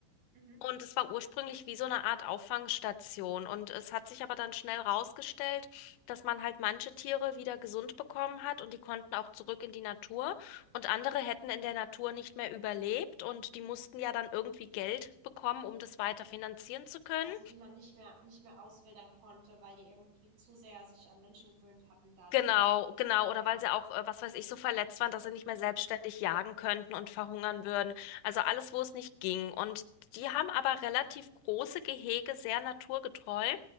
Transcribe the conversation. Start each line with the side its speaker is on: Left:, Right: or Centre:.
Right: Mhm.
Left: und es war ursprünglich wie so eine Art Auffangstation. Und es hat sich aber dann schnell rausgestellt, dass man halt manche Tiere wieder gesund bekommen hat und die konnten auch zurück in die Natur.
Right: Mhm.
Left: Und andere hätten in der Natur nicht mehr überlebt und die mussten ja dann irgendwie Geld bekommen, um das weiter finanzieren zu können.
Right: Also, die man nicht mehr nicht mehr auswildern konnte, weil die irgendwie zu sehr sich an Menschen gewöhnt hatten dann
Left: Genau,
Right: oder so.
Left: genau. Oder
Right: Ja.
Left: weil sie auch, äh, was weiß ich, so verletzt waren, dass sie nicht mehr selbstständig
Right: Mhm.
Left: jagen könnten und verhungern
Right: Mhm.
Left: würden. Also alles, wo es nicht ging. Und die
Right: Ja.
Left: haben aber relativ große Gehege, sehr naturgetreu.